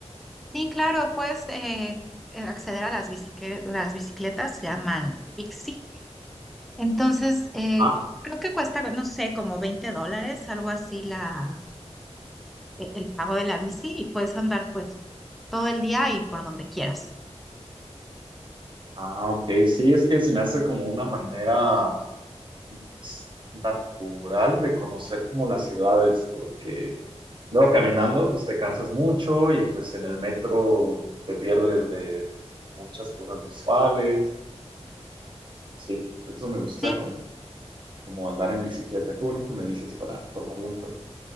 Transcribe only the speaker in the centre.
Y claro, puedes eh, eh, acceder a las bicicletas, las bicicletas se llaman Pixie. Entonces, eh,
creo que cuesta, no sé, como 20 dólares, algo así la e- el pago de la bici y puedes andar pues todo el día y por donde quieras.
Sí,